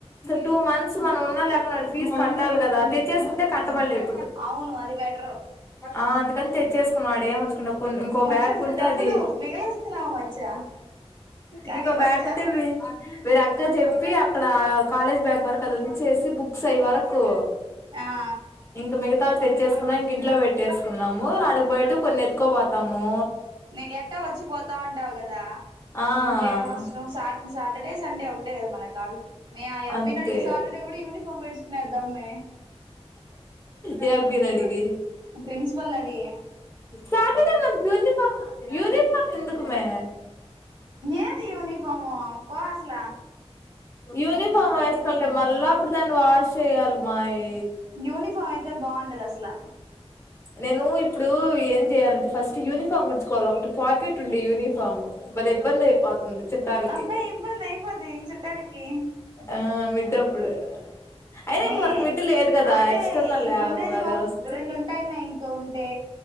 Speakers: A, on the left; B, on the right.
A: టూ మంత్స్ మనం ఉన్నా లేకున్నాడు ఫీజ్ కట్టాలి కదా తెచ్చే స్ కట్టబడలేదు
B: అవును అది బెట్రు
A: ఆ అందుకని తెచ్చేసుకున్నాం ఆడేం ఉంచుకుండా కొన్ని ఇంకో
B: మచ్చా
A: బ్యాగ్
B: నువ్వు
A: ఉంటే
B: డబ్బులు
A: అది
B: మిగిలిస్తున్నావు మచ్చా కానీ
A: ఇంకో
B: మచ్చా
A: బ్యాగ్ ఉంటే వేరే అక్క చెప్పి అక్కడ కాలేజ్ బ్యాగ్ వరకు అది ఉంచేసి బుక్స్ అయ్యి వరకు
B: ఆ
A: ఇంక మిగతా తెచ్చేసుకున్నా ఇంక ఇంట్లో పెట్టేసుకున్నాము అడకు బయట కొన్ని ఎత్తుకుకోపోతాము
B: నీక ఎట్ట వచ్చి పోతావుంటావు కదా
A: ఆ
B: ఇంకేం అవసరం సాటర్డే సండే ఒకటే కదా మనకు కా మే ఆ అబ్బినడికి
A: అంతే
B: సాటర్డే కూడా యూనిఫామ్ పెట్టిచ్చుకునేద్దామ్మే
A: ఏ అప్పి నడికి
B: ప్రిన్సిపల్ని అడిగి
A: సాటర్డే మనకి యూని ా యూనిఫార్మ్ ఎందుకుమే
B: ఎంది యూనిఫార్ము పో అసలా
A: యూనిఫామ్ వేసుకోంటే మళ్ళా అప్పుడు దాన్ని వాష్ చెయాలి మాయి
B: యూనిఫామ్ అయితే బాగుంటది అసల
A: నేను ఇప్పుడు ఏం చెయాలంటే ఫస్ట్ యూనిఫామ్ గుడుచుకోవాలి ఒకటి పాకెట్ ఉండే యూనిఫామ్ బలే ఇబ్బంది అయిపోత్ చుట్టాలకి
B: అబ్బా ఇబ్బంది అయిపోద్ది చుట్టాలకి
A: ఆ మిద్ద అప్పుడు అయినా
B: మే
A: ఇంక మనకి విిడ్డలు లే ఉంటది
B: అదే
A: ఎక్స్టర్నల్
B: ఇంకుండేది
A: ల్యాబ్ ఆదివాస్తది
B: రెండు ఉంటాయి మే ఇంకా ఉంటే